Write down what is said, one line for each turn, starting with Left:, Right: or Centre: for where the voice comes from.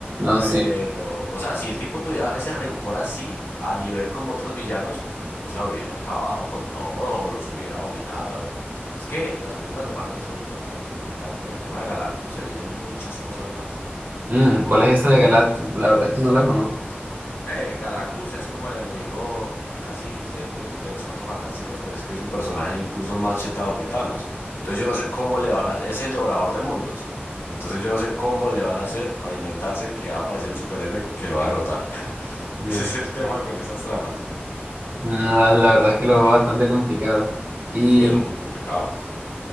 Right: No,
Left: Pero,
Right: sí.
Left: o sea, si el tipo tuviera ese rencor así, a nivel como otros villanos, o sea, hubiese acabado con todo, o los hubiera dominado. Es que las películas de Marvel son interesantes. Ahorita con el tema de Galactus se vienen muchas cosas más.
Right: Mm, ¿cuál es esa de Galactus? La verdad es que no la conozco.
Left: Eh, Galactus es como el enemigo casi siempre es de los Cuatro Fantásticos, pero es que es un personaje incluso más chetado que Thanos. Entonces yo no sé cómo le van a... Es el devorador de mundos. Entonces yo no sé cómo le van a hacer para inventarse que va a aparecer un superhéroe que lo va a derrotar. <laughs>
Right: Mm,
Left: Ese es el tema con estas tramas.
Right: mm, la la verdad es que lo veo bastante complicado. Y
Left: Sí, es muy complicado.